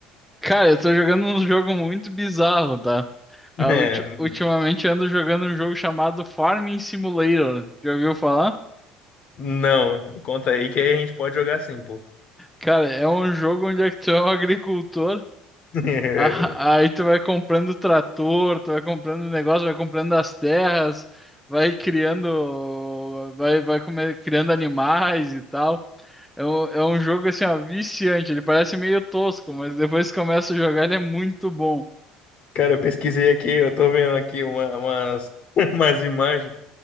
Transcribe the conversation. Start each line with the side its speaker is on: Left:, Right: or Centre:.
Centre: Cara, eu tô jogando um jogo muito bizarro, tá?
Left: <laughs>
Centre: Ah, ulti- ultimamente
Left: É,
Centre: ando jogando um jogo chamado Farming Simulator, já ouviu falar?
Left: não, me conta aí que aí a gente pode jogar sim, pô.
Centre: Cara, é um jogo onde é que tu é um agricultor
Left: <laughs>
Centre: Ah, Aí tu vai comprando trator, tu vai comprando negócio, vai comprando as terras, vai criando, vai, vai come- criando animais e tal. É um, é um jogo assim, ó, viciante. Ele parece meio tosco, mas depois que começa a jogar, ele é muito bom.
Left: Cara, eu pesquisei aqui, eu tô vendo aqui uma- umas, <laughs> umas imagens